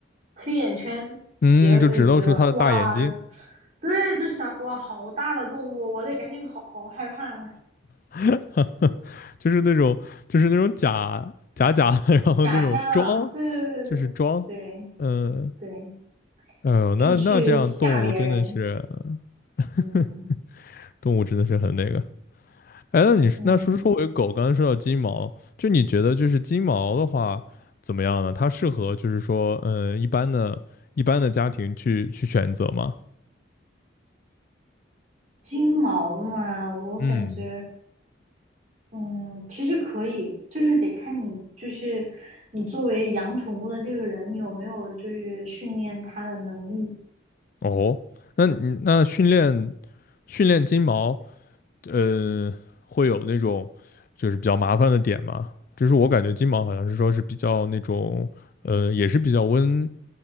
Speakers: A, on the right; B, on the left.
A: 黑眼圈，
B: 嗯，
A: 别人就觉得哇，
B: 就只露出它的大眼睛。
A: 对，就想哇，好大的动物，我得赶紧跑，害怕。
B: <laughs> 就是那种就是那种假假假的然后那种装，
A: 假象，对对对对对
B: 就是装，嗯，
A: 对对，
B: 哎呦，
A: 就去吓别人，
B: 那那这样动物真的是，<laughs>
A: 嗯
B: 动物真的是很那个。哎，那你那说说回狗，
A: 嗯。
B: 刚才说到金毛，就你觉得就是金毛的话怎么样呢？它适合就是说，呃，一般的一般的家庭去去选择吗？
A: 金毛嘛，我感觉，
B: 嗯。
A: 嗯，其实可以，就是得看你，就是你作为养宠物的这个人，你有没有就是训练它的能力。
B: 哦，那你那训练训练金毛。呃，会有那种就是比较麻烦的点嘛，就是我感觉金毛好像是说是比较那种，呃，也是比较温